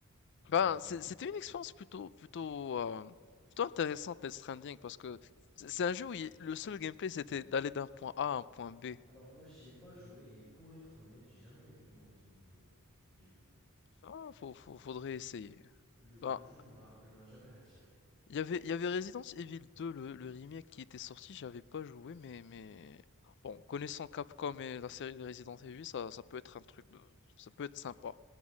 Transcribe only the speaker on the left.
Ben, c'est- c'était une expérience plutôt, plutôt, euh, plutôt intéressante, Death Stranding, parce que c'est c'est un jeu où il- le seul gameplay, c'était d'aller d'un point A à un point B.
Ah, faut, faut- faudrait essayer.
Enfin,
il y avait, il y avait Resident Evil 2, le, le remake qui était sorti, j'avais pas joué, mais, mais... Bon, connaissant Capcom et la série de Resident Evil, ça, ça peut être un truc de... Ça peut être sympa.